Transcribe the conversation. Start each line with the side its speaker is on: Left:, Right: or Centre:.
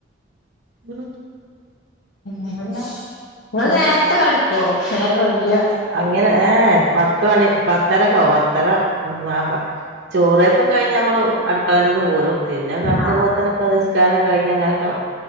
Right: ഉം
Left: നിങ്ങള്
Right: ഉം
Left: നേരത്തെ കടക്കോ നേരം വഗ്യ
Right: അങ്ങനെ ഏഹ് ഏഹ് പത്ത് മണി പത്തരക്ക പത്തര <unintelligible> ചോറയ്പൊക്കെ കഴിഞ്ഞമ്മള് അടുക്കളന്നൊക്കെ പോരു പിന്നെ കിടക്കുമ്പോത്
Left: ആഹ്
Right: ന് കെ നിസ്‌കാരം കഴിഞ്ഞ അങ്ങനൊക്കെ